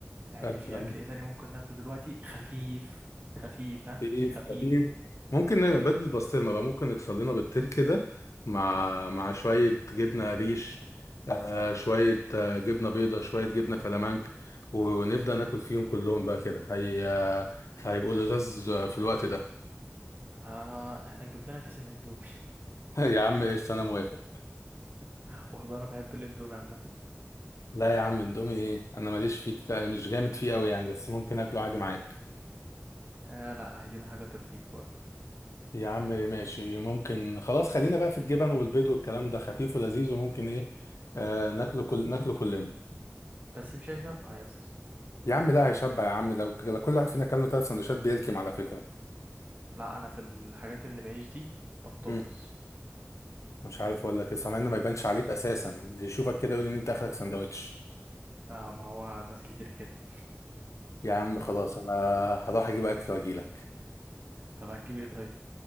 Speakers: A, on the right (about 35°); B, on the left (about 80°).
A: يعني
B: آه،
A: في اكل ايه تاني ممكن ناكله دلوقتي خفيف خفيف ها
B: خفيف
A: خفيف
B: خفيف ممكن نبدل بسطرمة بقى ممكن نكسر لنا بيضتين كده مع مع شوية جبنة ريش آه شوية آه جبنة بيضة شوية جبنة فلامنك ونبدأ ناكل فيهم كلهم بقى كده هي آه، هيبقوا لذاذ في الوقت ده
A: آه احنا نجيب لنا كيسين اندومي
B: <laughs> يا عم ايش انا موافق
A: <laughs> والله انا بحب الاندومي عامه
B: لا يا عم اندومي ايه انا ماليش فيه كتير- مش جامد فيه قوي يعني بس ممكن اكله عادي معاك
A: آه لا عايزين حاجه ترضيك برضه
B: يا عم ماشي ممكن خلاص خلينا بقى في الجبن والبيض والكلام ده خفيف ولذيذ وممكن ايه آه ناكله كل ناكله كلنا
A: بس مش هيشبع يا اسطى
B: يا عم ده هيشبع يا عم لو لو كل واحد فينا كان له ثلاث سندوتشات بيلكم على فكره
A: لا انا في الحاجات اللي بعيش دي بطوفس
B: مم. مش عارف اقول لك لسه مع انه ما يبانش عليك اساسا اللي يشوفك كده يقول ان انت اخرك سندوتش
A: آه ما هو ناس كتير كده
B: يا عم خلاص انا هروح اجيب اكل واجيلك
A: طب هتجيب ايه طيب